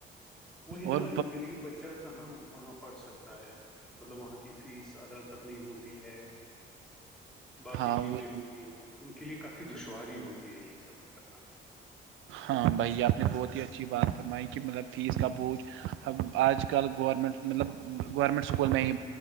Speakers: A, in the centre; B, on the right (about 80°).
A: وہی
B: اور
A: نا ایک غریب بچہ- کہاں وہاں پڑھ سکتا ہے مطلب وہاں کی فیس ادا کرنی ہوتی ہے- باقی
B: ہاں
A: چیزیں
B: وہ تو
A: ہوتی ہیں ان کے لیے کافی دشواری ہوتی ہے یہ سب کرنا-
B: ہاں بھائی آپ نے بہت ہی اچھی بات فرمائی کہ مطلب فیس کا بوجھ- ہم آج کل گورمنٹ مطلب گورمنٹ اسکول میں ہی